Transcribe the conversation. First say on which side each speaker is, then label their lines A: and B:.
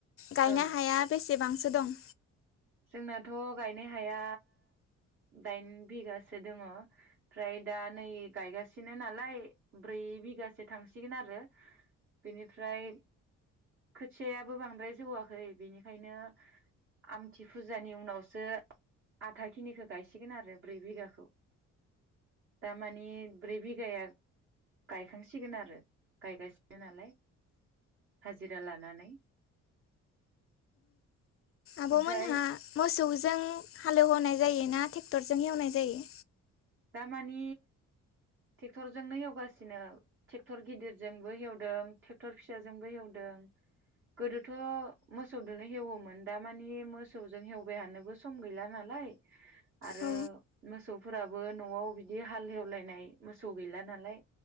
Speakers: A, on the left (about 45°); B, on the right (about 45°).
A: गायनो
B: औ
A: हाया बेसेबांसो सो दं
B: जोंनाथ' गायनाय हाया दाइन बिगासो दङ ओमफ्राय दा नै गायगासिनो नालाय ब्रै बिगासो थांसिगोन आरो बेनिफ्राय खोथियायाबो बांद्राय जौवाखै बेनिखायनो आम थि फुजानि उनावसो आथा खिनिखौ गायसिगोन आरो ब्रै बिगाखौ दामानि ब्रै बिघाया गायखांसिगोन आरो गायगासिनो नालाय हाजिरा लानानै
A: आब'मोनहा
B: ओमफ्राय
A: मोसौजों हालेवहोनाय जायो ना टेक्टरजों एवनाय जायो
B: दा मानि टेक्टरजोंनो एवगासिनो टेक्टर गिदिरजोंबो एवदों टेक्टर फिसाजोंबो हेवदों गोदोथ' मोसौदोनो हेवोमोन दामानि मोसौजों हेवबायहानोबो सम गैला नालाय आरो
A: औ
B: मोसौ फोराब बो न'आव बिदि हाल एवलायनाय मोसौ गैला नालाय